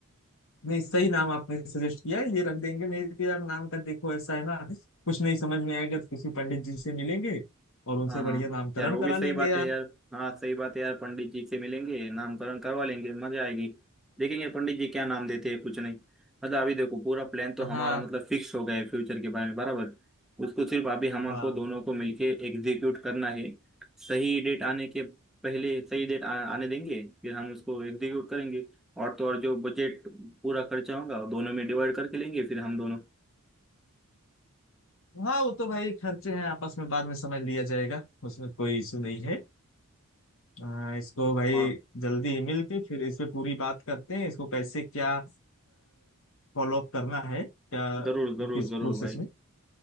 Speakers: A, on the left (about 65°); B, in the centre.
A: नहीं सही नाम आपने सजेस्ट किया ये रख देंगे नहीं तो यार नाम का देखो ऐसा है ना कुछ नहीं समझ में आएगा तो किसी पंडित जी से मिलेंगे और उनसे
B: हाँ हाँ
A: बढ़िया नामकरण
B: यार वो
A: करा
B: भी सही
A: लेंगे
B: बात
A: यार
B: है यार हाँ सही बात है यार पंडित जी से मिलेंगे नामकरण करवा लेंगे मजा आएगी देखेंगे पंडित जी क्या नाम देते हैं कुछ नहीं मतलब अभी देखो पूरा प्लान तो हमारा
A: हाँ
B: मतलब फिक्स हो गया है फ्यूचर के बारे में बराबर उसको सिर्फ अभी हमारे
A: हाँ
B: दोनों को मिलके एग्जीक्यूट करना है सही डेट आने के पहले सही डेट आ, आने देंगे फिर हम उसको एग्जीक्यूट करेंगे और तो और जो बजट पूरा खर्चा होगा वो दोनों में डिवाइड करके लेंगे फिर हम दोनों
A: हाँ वो तो भाई खर्चे हैं आपस में बाद में समझ लिया जाएगा उसमें कोई इशू नहीं है आ, इसको भाई
B: और
A: जल्दी ही मिल के फिर इस पे पूरी बात करते हैं इसको कैसे क्या फॉलो अप करना है क्या
B: जरूर जरूर
A: किस
B: जरूर
A: प्रोसेस
B: भाई
A: में